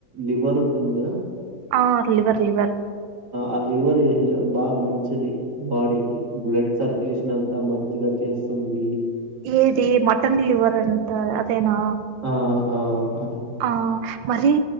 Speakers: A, on the right; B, on the right.
A: లివర్ ఉంటుంది కదా
B: ఆ లివర్ లివర్
A: ఆ లివర్ లో బాగా మంచిది బాడీ కి బ్లడ్ సర్ లేషన్ అంతా మంచిగా చేస్తుంది
B: ఏది మటన్ లివర్ అంత అంతేనా
A: ఆ ఆ అదే
B: ఆ మరి